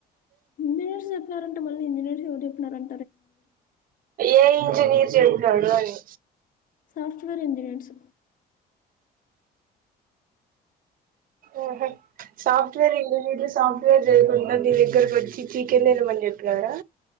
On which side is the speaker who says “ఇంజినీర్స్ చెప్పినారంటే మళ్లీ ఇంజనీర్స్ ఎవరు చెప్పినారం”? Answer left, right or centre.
Left